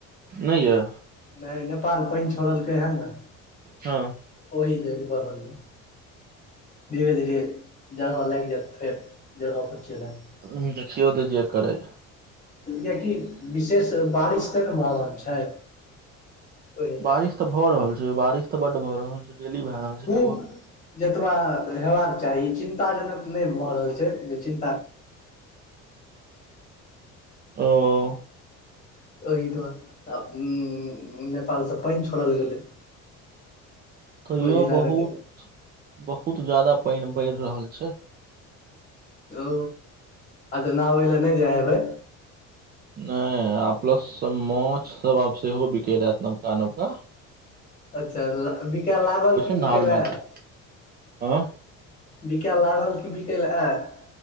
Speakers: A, on the right; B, on the left.
A: नहि य
B: नहि नेपाल पानि छोड़लकै हन ने
A: हँ
B: ओहि ल भी बढ़ल य धीरे धीरे जगह लागि जाएत फेर जगहपर चलि आएब
A: हुँ देखियौ तऽ जे करै रहै
B: यकि विशेष बारिश ते ने भए रहल छै ओहि लए
A: बारिश तऽ भऽ रहल छै बारिश तऽ बड्ड भऽ रहल छै डेली भए रहल
B: खूब
A: छै लगभग
B: जतबा हेबाक चाही चिन्ता जनक नहि भऽ रहल छै जे चिन
A: ओ
B: एहि दुआरे आ इम म्म नेपालसँ पैनि छोड़ल गेलै
A: तैयो
B: ओहि
A: बहुत
B: लागत ओ
A: बहुत जदा पइन बढ़ रहल छै
B: ओ अच्छा नहाबै लए नहि जा हेबै
A: नहि आ प्लस मान्छ सब सहो बिकलय आयत नबका नबका <inaudible>
B: अच्छा बिकाय लागल की
A: ने
B: बिकाय
A: धार
B: लय
A: मे
B: आयत
A: तऽ हँ
B: बिकाय लागल कि बिकै लए आयत